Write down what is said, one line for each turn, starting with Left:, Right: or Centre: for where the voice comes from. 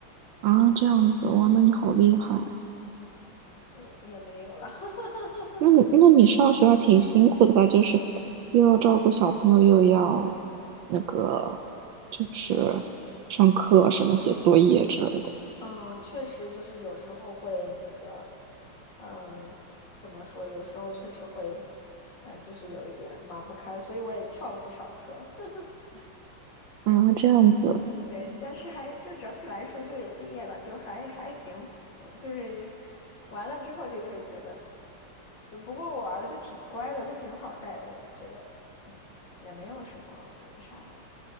Right: 啊，这样子哇，那你好厉害啊！
Left: 对，也没有了。<laughs>
Right: 那你那你上学还挺辛苦的吧？就是又要照顾小朋友，又要那个就是上课什么写作业之类的
Left: 嗯，确实就是有时候会那个，嗯，怎么说？有时候确实会，嗯，就是有一点忙不开，所以我也翘了不少课。<laughs>
Right: 啊，这样子
Left: 对，但是还就整体来说，就也毕业了，就还还行。嗯就是完了之后就就会觉得。对，不过我儿子挺乖的，他挺好带的，我就觉得，嗯，也没有什么那个啥的。